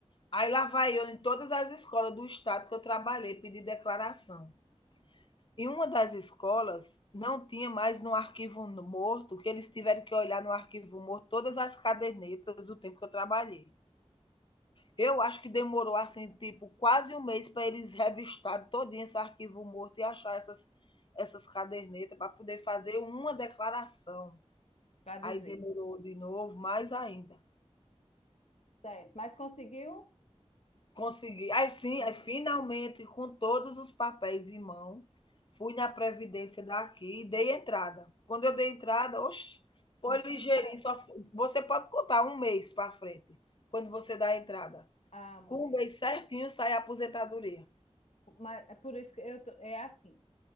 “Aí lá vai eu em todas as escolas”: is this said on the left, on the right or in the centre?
Left